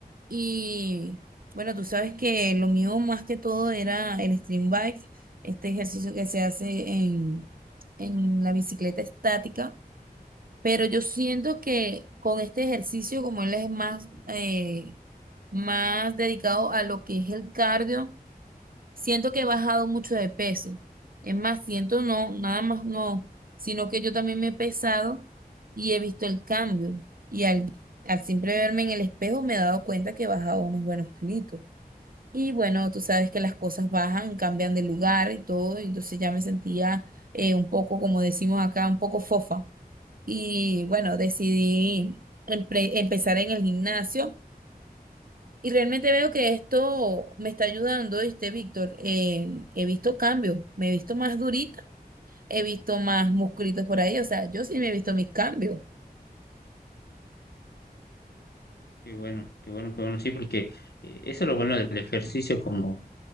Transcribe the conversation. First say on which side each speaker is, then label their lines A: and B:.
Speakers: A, on the right; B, on the left.
A: Y bueno, tú sabes que lo mío más que todo era el stream bike, este ejercicio que se hace en, en la bicicleta estática pero yo siento que con este ejercicio, como él es más, eh, más dedicado a lo que es el cardio, siento que he bajado mucho de peso. Es más, siento no, nada más no, sino que yo también me he pesado y he visto el cambio. Y al, al siempre verme en el espejo me he dado cuenta que he bajado unos buenos kilitos. Y bueno, tú sabes que las cosas bajan, cambian de lugar y todo, y entonces ya me sentía eh, un poco, como decimos acá, un poco fofa. Y bueno, decidí empre- empezar en el gimnasio y realmente veo que esto me está ayudando, ¿viste, Víctor? Eh, he visto cambios, me he visto más durita, he visto más musculitos por ahí, o sea, yo sí me he visto mis cambios.
B: Qué bueno, qué bueno, qué bueno, sí, porque eh, eso es lo bueno del ejercicio, como